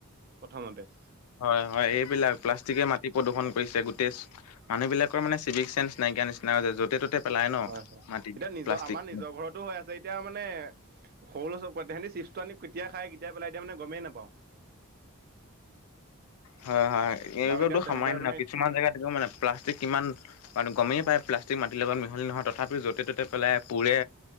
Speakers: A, on the right; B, on the left.
A: প্ৰথমতে
B: হয় হয় এইবিলাক প্লাষ্টিকে মা মাটি প্ৰদূষন কৰিছে গোটেই মানুহ বিলাকৰ মানে চিভিক চেন্স নাইকিয়া নিচিনা হৈ য'তে ত'তে পেলাই ন
A: হয় হয়
B: মাটি
A: এতিয়া নিজৰ
B: প্লাষ্টিক।
A: আমাৰ নিজৰ ঘৰতো হৈ আছে এতিয়া মানে সৰু চব পোৱাতে তহতি চিপ চিপছ্তোআনি কেতিয়া খাই কেতিয়া পেলাই দিয়ে মানে গমেই নাপাওঁ
B: হয় হয় এইটো
A: আৰু এতিয়া তেনেকে
B: সামান্য
A: মানে
B: কিছুমান জেগাত দেখো মানে প্লাষ্টিক কিমান কথাতো গমেই পায় প্লাষ্টিক মাটিৰ লগত মিহলি নহয় তথাপি য'তে ত'তে পেলাই পুৰে